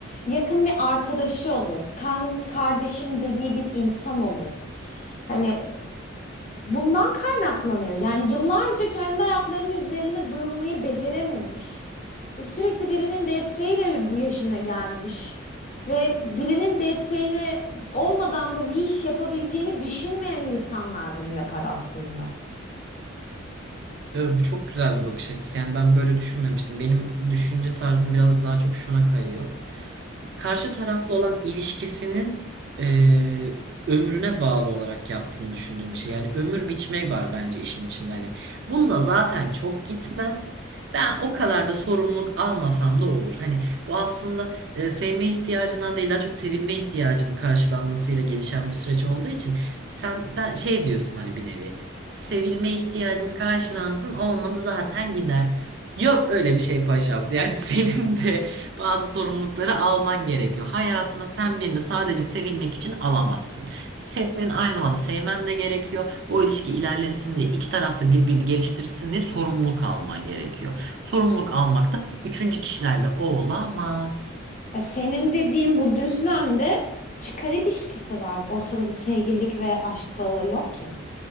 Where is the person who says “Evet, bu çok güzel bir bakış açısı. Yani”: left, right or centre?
Right